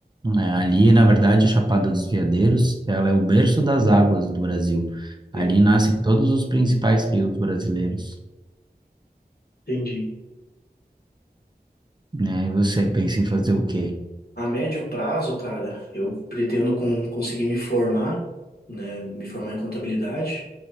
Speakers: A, on the right (about 25°); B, on the left (about 70°).
A: É, ali, na verdade, a Chapada dos Veadeiros, ela é o berço das águas do Brasil. Ali
B: Sim,
A: nascem todos os principais rios brasileiros.
B: entendi.
A: Né? E você pensa em fazer o quê?
B: A médio prazo, cara, eu pretendo com, conseguir me formar, né? Me formar em contabilidade